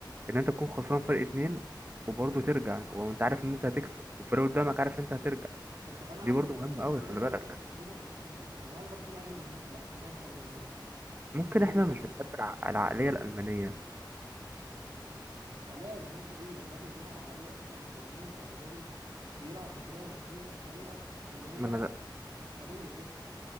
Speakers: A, on the right; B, on the right.
A: ان انت تكون خسران فرق اتنين وبرضه ترجع وانت عارف ان انت هتكسب والفريق قدامك عارف ان انت هترجع
B: طب طب أنا
A: دي
B: عندي
A: برضو
B: سؤال
A: مهمه
B: إحنا
A: قوي خلي
B: ليه ما
A: بالك
B: جبناش ليه ما جبناش هانز فليك ده هل برشلونة أغنى مننا؟ لا برشلونة مش أغنى مننا
A: ممكن
B: إحنا نادي
A: احنا
B: غني
A: مش بنحب الع- العقليه الالمانيه
B: علاء المنافع ايه الراجل بيلعب على عقلية اصلا مجنونة يعني الراجل بيلعب بطريقة مجنونة بطريقة اللي هو
A: ما انا ده
B: مش عادية كده